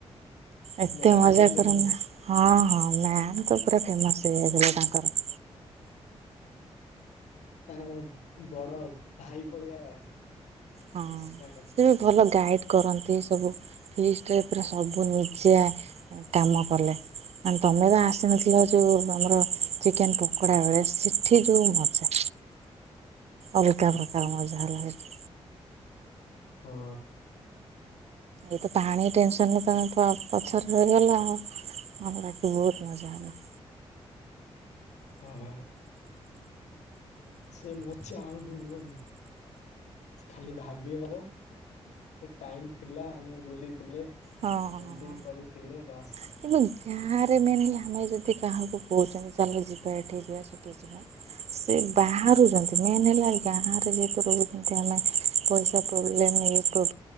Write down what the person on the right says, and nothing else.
ଏତେ
ମଜା
କରନା ହଁ ହଁ ନାତ ପୁରା ଫେମସ୍ ହେଇଯାଇଥିଲା ତାଙ୍କର।
ହଁ
ସେ ବି ଭଲ ଗାଇଡ଼୍ କରନ୍ତି ସବୁ ଫ୍ରିଷ୍ଟ ସବୁ ନିଜେ କାମ କଲେ। ତମେ ତ ଆସିନଥିଲ ଯୋଉ ଆମର ଚିକେନ ପକୋଡ଼ା ବେଳେ ସେଠି ଯଉ ମଜା। ଅଲଗା ପ୍ରକାର ମଜା ହେଲା ସେଠୀ।
ଏଇତ ପାଣି ଟେନସନରେ ତମେ ପ-ପଛରେ ରହିଗଲା ଆଉ। ଆମର ରାତି ବହୁତ ମଜା ହେଲା।
ହଁ।
କିନ୍ତୁ ଗାଁ ରେ ମେନ ହେଲା ଆମେ ଯଦି କାହାକୁ କହୁଛନ୍ତି ଚାଲ ଯିବା ଏଠି ଯିବା ସେଠି ଯିବା ସେ ବାହାରୁଛନ୍ତି ମେନ୍ ହେଲା ଗାଁ ରେ ଯେହେତୁ ରହୁଛନ୍ତି ଆମେ ପଇସା ପ୍ରବ୍ଲେମ୍ ଇଏ ପ୍ରବ